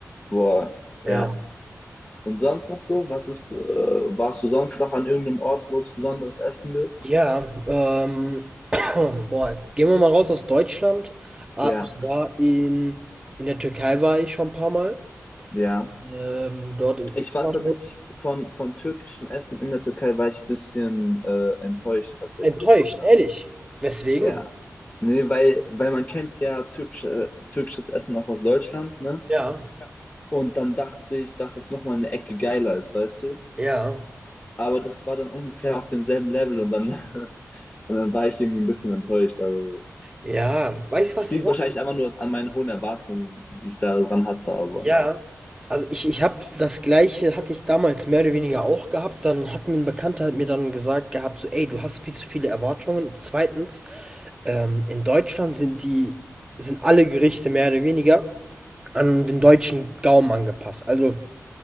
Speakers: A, on the left; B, on the right.
A: Boah,
B: Ja.
A: ja. Und sonst noch so? Was ist, äh, warst du sonst noch an irgendeinem Ort, wo es besonderes Essen gibt?
B: Ja, ähm, <clears throat> boah, gehen wir mal raus aus Deutschland. Ah,
A: Ja.
B: ich war in, in der Türkei war ich schon ein paar Mal.
A: Ja.
B: Ähm, dort in
A: Ich
B: Istanbul.
A: war tatsächlich von, von türkischem Essen in der Türkei, war ich ein bisschen äh, enttäuscht tatsächlich
B: Enttäuscht,
A: sogar.
B: ehrlich. Weswegen?
A: Ja. Nee, weil, weil man kennt ja türkische, türkisches Essen auch aus Deutschland, ne?
B: Ja,
A: Und dann dachte ich, dass es nochmal eine Ecke geiler ist, weißt du?
B: ja,
A: Aber das war dann ungefähr auf demselben Level und dann, <laughs> und dann war ich irgendwie ein bisschen enttäuscht. Also
B: ja. Weißt du,
A: Es
B: was
A: liegt
B: die Sache
A: wahrscheinlich
B: ist?
A: einfach nur an meinen hohen Erwartungen, die ich da dran hatte, aber
B: Ja. Also ich, ich habe das Gleiche, hatte ich damals mehr oder weniger auch gehabt. Dann hat mir ein Bekannter hat mir dann gesagt gehabt, so, ey, du hast viel zu viele Erwartungen. Zweitens, ähm, in Deutschland sind die, sind alle Gerichte mehr oder weniger. an den deutschen Gaumen angepasst. Also